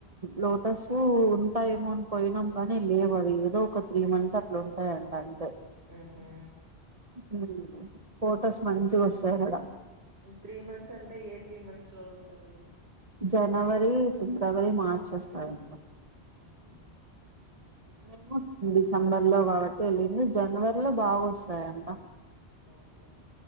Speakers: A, on the right; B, on the right.
A: లోటస్ ఉంటాయమో అని పోయినాం గానీ లేవు అవి ఏదో త్రీ మంత్స్ అట్లా ఉంటాయంట అంతే
B: ఉహూ
A: ఉ ఫొటోస్ మంచిగా వస్తాయి అడ
B: త్రీ మంత్స్ అంటే ఏ త్రీ మంత్స్ లో ఉంటది
A: జనవరి ఫిబ్రవరి మార్చి వస్తాయంట
B: ఉహు
A: మేము డిసెంబర్ లో కాబట్టి వెళ్ళింది జనవరి లో బాగా వస్తాయంట
B: ఓకే